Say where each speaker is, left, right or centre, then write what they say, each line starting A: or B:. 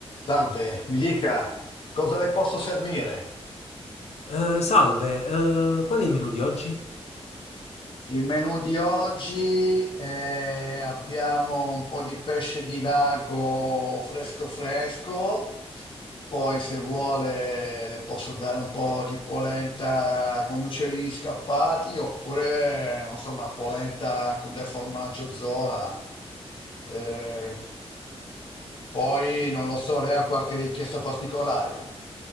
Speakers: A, on the left (about 50°); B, on the left (about 85°).
A: Salve, mi dica cosa le posso servire?
B: Eh, salve, eh, qual è il menù di oggi?
A: Il menù di oggi eh, abbiamo un po' di pesce di lago fresco fresco, poi se vuole le posso dare un po' di polenta con gli uccellini scappati oppure non so, una polenta con del formaggio Zola. Eh, poi non lo so, lei ha qualche richiesta particolare?